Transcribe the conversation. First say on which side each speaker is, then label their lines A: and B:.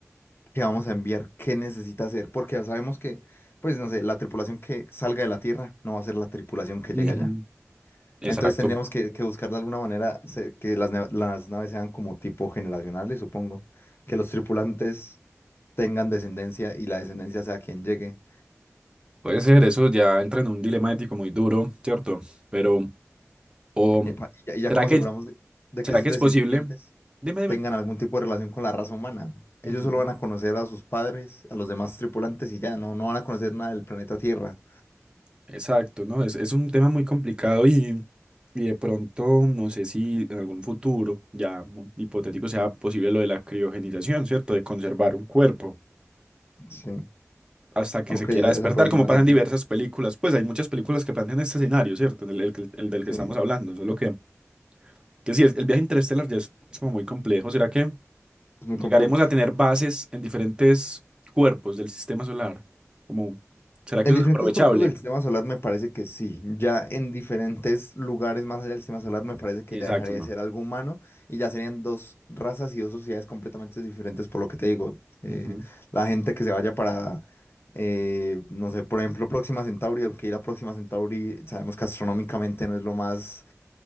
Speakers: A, on the left; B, on the right.
A: que vamos a enviar, ¿qué necesita hacer? Porque ya sabemos que, pues, no sé, la tripulación que salga de la Tierra no va a ser la tripulación que
B: ujú,
A: llega allá.
B: Exacto.
A: Entonces tendríamos que, que buscar de alguna manera se- que las, ne- las naves sean como tipo generacionales, supongo. Que los tripulantes tengan descendencia y la descendencia sea quien llegue.
B: Puede ser, eso ya entra en un dilema ético muy duro, ¿cierto? Pero, o,
A: Epa, Y ya, y ya
B: ¿será
A: como
B: que,
A: aseguramos de, de
B: será
A: que esos
B: que
A: descendientes
B: es posible? Dime, dime.
A: tengan algún tipo de relación con la raza humana. Ellos
B: Ujú.
A: solo van a conocer a sus padres, a los demás tripulantes y ya, no, no van a conocer nada del planeta Tierra.
B: Exacto, ¿no? Es, es un tema muy complicado y, y de pronto no sé si en algún futuro ya mu- hipotético sea posible lo de la criogenización, ¿cierto? De conservar un cuerpo.
A: Sí.
B: hasta que
A: Ok,
B: se quiera
A: esa,
B: despertar,
A: esa puede
B: como
A: ser una
B: pasa
A: solución.
B: en diversas películas. Pues hay muchas películas que plantean este escenario, ¿cierto? El, el el del
A: Sí.
B: que estamos hablando, solo que, que sí, el, el viaje interestelar ya es, es como muy complejo. ¿Será que
A: Es muy
B: llegaremos
A: complejo.
B: a tener bases en diferentes cuerpos del sistema solar? Como, ¿será que
A: En
B: eso
A: diferentes
B: es aprovechable?
A: cuerpos del sistema solar me parece que sí. Ya en diferentes lugares más allá del sistema solar me parece que
B: Exacto,
A: ya dejaría
B: no.
A: de ser algo humano y ya serían dos razas y dos sociedades completamente diferentes por lo que te digo. Eh,
B: Ujú,
A: la gente que se vaya para, eh, no sé, por ejemplo, Próxima Centauri, aunque ir a Próxima Centauri sabemos que astronómicamente no es lo más